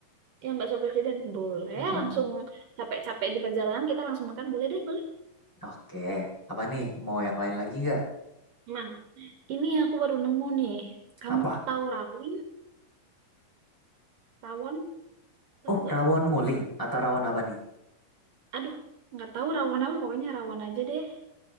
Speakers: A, on the right (about 65°); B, in the centre.
A: yang bakso presiden boleh
B: Hmm.
A: langsung capek-capek di perjalanan kita langsung makan boleh deh boleh.
B: Oke. Apa nih? Mau yang lain lagi nggak?
A: Aman. Ini aku baru nemu nih. Kamu
B: Apa?
A: tahu rawon? Rawon? Tahu
B: Oh,
A: gak?
B: rawon nguling atau rawon apa nih?
A: Aduh, nggak tahu rawon apa. Pokoknya rawon aja deh.